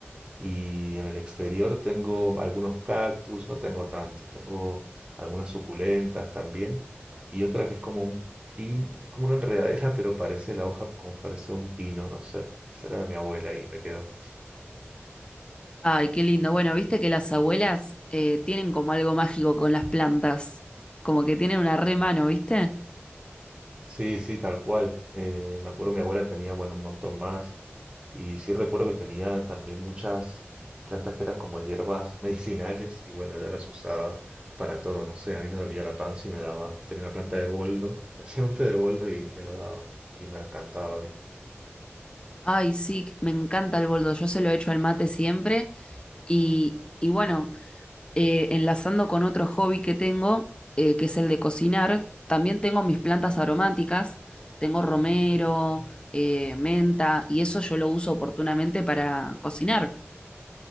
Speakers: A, on the right (about 25°); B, on the left (about 20°).
A: y en el exterior tengo algunos cactus, no tengo tanto, tengo algunas suculentas también y otra que es como un pin, es como una enredadera pero parece la hoja como parece un pino, no sé. Esa era de mi abuela y me quedó.
B: Ay, qué lindo. Bueno, viste que las abuelas eh, tienen como algo mágico con las plantas, como que tienen una re mano, ¿viste?
A: Sí, sí, tal cual. Eh, me acuerdo mi abuela tenía, bueno, un montón más. Y sí recuerdo que tenía también muchas plantas que eran como hierbas <laughs> medicinales y bueno, ella las usaba para todo. No sé, a mí me dolía la panza y me daba, tenía una planta de boldo y me <laughs> hacía un té de boldo y me lo daba y me encantaba a mí.
B: Ay, sí, me encanta el boldo, yo se lo echo al mate siempre y, y bueno. eh, enlazando con otro hobby que tengo, eh, que es el de cocinar, también tengo mis plantas aromáticas, tengo romero, eh, menta, y eso yo lo uso oportunamente para cocinar.